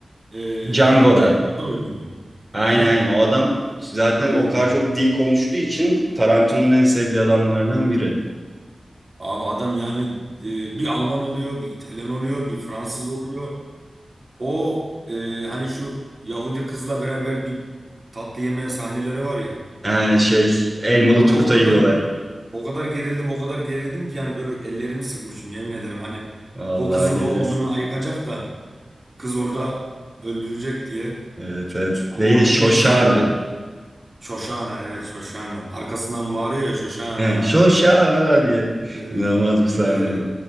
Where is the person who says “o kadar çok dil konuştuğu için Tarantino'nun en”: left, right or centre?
Centre